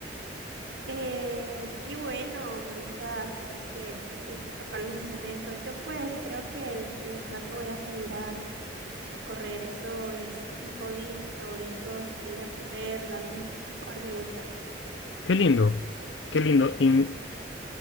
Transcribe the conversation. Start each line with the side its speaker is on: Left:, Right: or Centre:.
Right: Eh, qué bueno, me gusta saber que te gusta tocar los instrumentos. Yo pues creo que dentro de un rato voy a salir a, a correr, eso es mi hobby favorito, salir a correr, dar un, un par de vueltas.
Left: Qué lindo, qué lindo. Y